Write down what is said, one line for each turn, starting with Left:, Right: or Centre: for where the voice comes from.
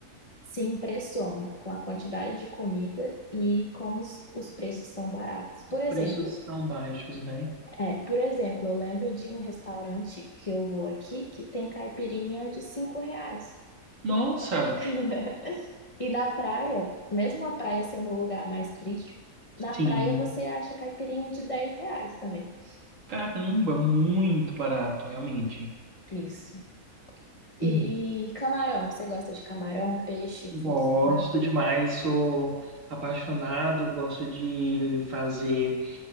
Left: se impressiona com a quantidade de comida e como os os preços são baratos. Por exemplo,
Right: Preços são baixos, né?
Left: é, por exemplo, eu lembro de um restaurante que eu vou aqui que tem caipirinha de cinco reais.
Right: Nossa,
Left: <laughs> E na praia, mesmo a praia sendo o lugar mais turístico, na
Right: sim,
Left: praia você acha caipirinha de 10 reais também.
Right: caramba, muito barato, realmente.
Left: Isso. E,
Right: Hum.
Left: e camarão, você gosta de camarão, peixe,
Right: Gosto
Left: frutos do mar?
Right: demais, sou apaixonado, gosto de fazer